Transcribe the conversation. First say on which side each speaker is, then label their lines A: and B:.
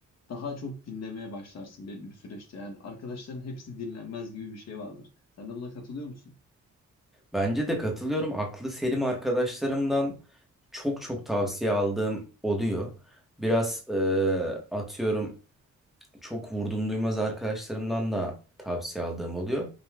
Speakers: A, on the left (about 60°); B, in the centre.
A: daha çok dinlemeye başlarsın belli bir süreçte. Yani arkadaşların hepsi dinlenmez gibi bir şey vardır. Sen de buna katılıyor musun?
B: Bence de katılıyorum. Aklı selim arkadaşlarımdan çok çok tavsiye aldığım oluyor. Biraz e, atıyorum. çok vurdum duymaz arkadaşlarımdan da tavsiye aldığım oluyor.